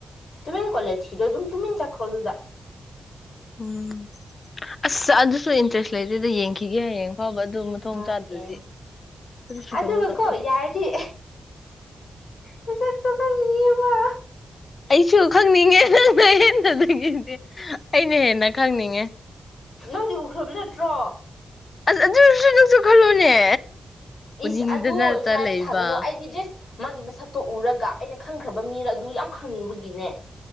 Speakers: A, on the left; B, on the left.
A: ꯇꯨꯃꯤꯟ ꯀꯣꯂꯦꯖꯀꯤꯗꯣ ꯑꯗꯨꯝ ꯇꯨꯃꯤꯟ ꯆꯠꯈ꯭ꯔꯣ ꯑꯗꯨꯗ
B: ꯎꯝ ꯑꯁ ꯑꯗꯨꯁꯨ ꯏꯟꯇ꯭ꯔꯦꯁ ꯂꯩꯗꯦꯗ ꯌꯦꯡꯈꯤꯒꯦꯌꯦꯡ ꯐꯕ ꯑꯗꯨ ꯃꯊꯣꯡ
A: ꯍꯣꯏ
B: ꯆꯥꯗ꯭ꯔꯗꯤ
A: ꯌꯦꯡꯉꯣ
B: ꯀꯔꯤꯁꯨ
A: ꯑꯗꯨꯒꯀꯣ
B: ꯀꯩꯅꯣ ꯇꯧ
A: ꯌꯥꯔꯗꯤ ꯃꯁꯛꯇꯣ ꯈꯪꯅꯤꯡꯉꯦꯕ
B: ꯑꯩꯁꯨ ꯈꯪꯅꯤꯡꯉꯦ ꯅꯪꯅꯍꯦꯟꯕꯗꯒꯤꯗꯤ ꯑꯩꯅ ꯍꯦꯟꯅ ꯈꯪꯅꯤꯡꯉꯦ
A: ꯅꯪꯗꯤ ꯎꯈ꯭ꯔꯕ ꯅꯠꯇ꯭ꯔꯣ
B: ꯑꯁ ꯑꯗꯨꯁꯨ ꯅꯪꯁꯨ ꯈꯜꯂꯣꯅꯦ
A: ꯏꯁ
B: ꯎꯅꯤꯡꯗꯅꯇ
A: ꯑꯗꯨ ꯑꯣꯏꯔꯁꯨ ꯍꯥꯏꯕ
B: ꯂꯩꯕ
A: ꯁꯥꯒꯅꯨ ꯑꯩꯗꯤ ꯖꯁ ꯃꯥꯒꯤ ꯃꯁꯛꯇꯣ ꯎꯔꯒ ꯑꯩꯅ ꯈꯪꯈ꯭ꯔꯕ ꯃꯤꯅ ꯑꯗꯨ ꯌꯥꯝ ꯈꯪꯅꯤꯡꯕꯒꯤꯅꯦ